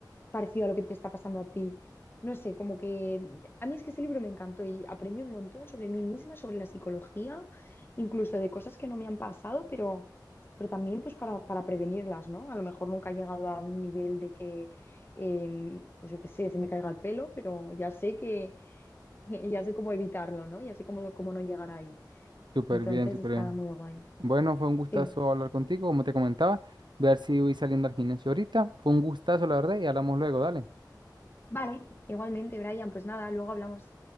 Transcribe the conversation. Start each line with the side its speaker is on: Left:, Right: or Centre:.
Left: parecido a lo que te está pasando a ti. No sé, como que a mí es que ese libro me encantó y aprendí un montón sobre mí misma, sobre la psicología, incluso de cosas que no me han pasado, pero, pero también pues para, para prevenirlas, ¿no? A lo mejor nunca he llegado a un nivel de que, eh, pues yo qué sé, se me caiga el pelo, pero ya sé que, <laughs> ya sé cómo evitarlo, ¿no? Ya sé cómo, cómo no llegar ahí.
Right: Súper
Left: Entonces
Right: bien, súper
Left: está
Right: bien.
Left: muy guay.
Right: Bueno, fue un gustazo
Left: Sí.
Right: hablar contigo, como te comentaba. Voy a ver si voy saliendo al gimnasio ahorita. Fue un gustazo, la verdad, y hablamos luego, dale.
Left: Vale, igualmente, Brian, pues nada, luego hablamos.